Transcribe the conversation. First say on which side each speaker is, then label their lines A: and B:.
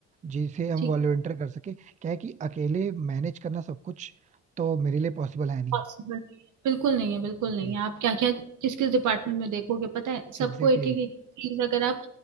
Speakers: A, on the right; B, on the right.
A: जिसे हम
B: ठीक
A: वॉलंटियर
B: है
A: कर सके क्या है कि अकेले मैनेज करना सब कुछ तो मेरे लिए पॉसिबल है नहीं
B: पॉसिबल बिल्कुल नहीं है बिल्कुल
A: Exactly
B: नहीं है आप क्या क्या किस किस डिपार्टमेंट में देखोगे पता है सबको
A: exactly
B: एक एक एक चीज अगर आप